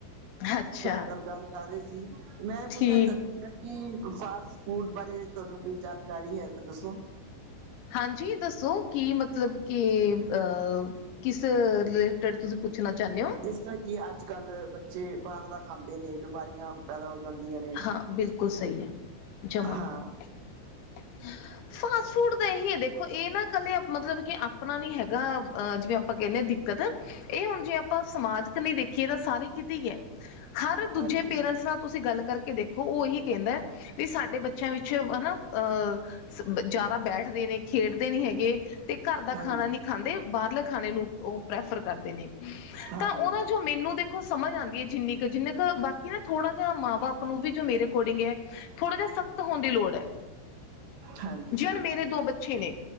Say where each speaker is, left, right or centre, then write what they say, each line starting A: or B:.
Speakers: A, on the right (about 90°); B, on the left (about 75°).
A: ਤੁਹਾਡੇ
B: ਅੱਛਾ
A: ਨਾਲ ਗੱਲ ਕਰ ਰੇ ਸੀ। ਮੈਂ ਏ ਪੁੱਛਣਾ
B: ਠੀਕ
A: ਚਾਂਦੀ ਆ ਕੀ ਫਾਸਟ ਫੂਡ ਬਾਰੇ ਤੁਹਾਨੂੰ ਕੋਈ ਜਾਣਕਾਰੀ ਹੈ ਤੇ ਦੱਸੋ।
B: ਹਾਂਜੀ ਦੱਸੋ ਕੀ ਮਤਲਬ ਕੀ ਅ ਕਿਸ ਰੀ ਲੇਟਡ ਤੁਸੀਂ ਪੁੱਛਣਾ ਚਾਨੇ ਓ?
A: ਜ ਕੀ ਅੱਜ-ਕੱਲ ਬੱਚੇ ਬਾਰ ਦਾ ਖਾਂਦੇ ਨੇ ਬਿਮਾਰੀਆਂ ਪੈਦਾ ਹੋ ਜਾਂਦੀਆਂ ਨੇ
B: ਹਾਂ ਬਿਲਕੁਲ ਸਹੀ ਹੈ ਜਮਾ
A: ਹਾਂ।
B: <inaudible> ਫਾਸਟ ਫੂਡ ਦਾ ਏਹੀ ਐ ਦੇਖੋ ਏ ਨਾ ਕੱਲੇ ਮਤਲਬ ਕੇ ਆਪਣਾ ਨੀ ਹੈਗਾ ਜਿਵੇਂ ਆਪਾਂ ਕੈਨੇ ਆ ਦੀ ਕਤ ਏ ਹੁਣ ਜੇ ਆਪਾਂ ਸਮਾਜ ਕਨੀ ਦੇਖੀਏ ਤਾਂ ਸਾਰੇ ਕਿਤੇ ਈ ਐ। ਹਰ ਦੂਜੇ
A: ਹਾਂਜੀ
B: ਪੇਰੈਂਟਸ ਨਾਲ ਤੁਸੀਂ ਗੱਲ ਕੇ ਦੇਖੋ ਓ ਏਹੀ ਕੈਂਦੈ ਦਾ ਵੀ ਸਾਡੇ ਬੱਚਿਆਂ ਵਿੱਚ ਹਨਾ ਅ ਸ ਬ ਜਾਦਾ ਬੈਠਦੇ ਨੇ ਖੇਡਦੇ ਨੀ ਹੈਗੇ ਤੇ ਘਰ ਦਾ
A: ਹਾਂਜੀ
B: ਖਾਣਾ ਨੀ ਖਾਂਦੇ ਬਾਰਲੇ ਖਾਣੇ ਨੂੰ ਓ ਪ੍ਰੈਫਰ ਕਰਦੇ ਨੇ
A: ਹਾਂਜੀ
B: ਤਾਂ ਓਦਾ ਜੋ ਮੈਨੂੰ ਦੇ ਖੋ ਸਮਝ ਆਂਦੀ ਆ ਜਿੰਨੀ ਕ ਜਿੰਨ ਕ ਬਾਕੀ ਨਾ ਥੋੜਾ ਜਾ ਮਾਂ -ਬਾ ਪ ਨੂੰ ਵੀ ਜੋ ਮੇਰੇ ਅਕੋਰਡਿੰਗ ਐ ਥੋੜਾ ਜਾ ਸਖ਼ਤ ਹੋਣ ਦੀ ਲੋੜ ਐ।
A: ਹਾਂਜੀ
B: ਜੀ ਹੁਣ ਮੇਰੇ ਦੋ ਬੱਚੇ ਨੇ